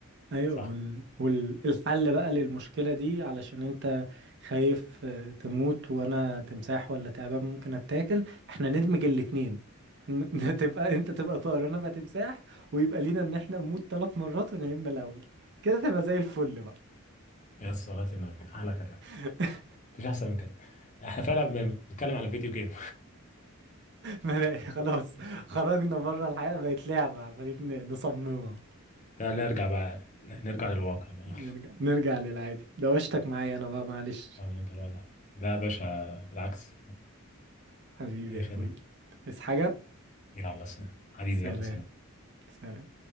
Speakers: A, on the right; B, on the left.
A: ايوه
B: صح
A: والحل وال... والحل بقى للمشكله دي علشان انت خايف آه، تموت وانا تمساح ولا تعبان ممكن اتاكل احنا ندمج الاتنين هن- <laughs> تبقى انت تبقى طائر وانا بقى تمساح ويبقى لينا ان احنا نموت ثلاث مرات ونعيد من الاول كده تبقى زي الفل بقى
B: يا صلاة النبي احلى كلام
A: <laughs>
B: مفيش احسن من كده احنا فعلا بنتكلم على فيديو جيم
A: ما بقى خلاص خرجنا بره الحياه بقت لعبه عمالين ن- نصممها
B: <laughs> ده نرجع بقى نرجع للواقع بقى
A: نرجع
B: <laughs>
A: نرجع للعادي دوشتك معايا انا بقى معلش
B: آه، نرجع للواقع. ده يا باشا بالعكس
A: حبيبي
B: اي
A: يا
B: خدمه
A: اخوي عايز حاجه
B: يلا سلام حبيبي
A: سلام
B: يلا سلام
A: سلام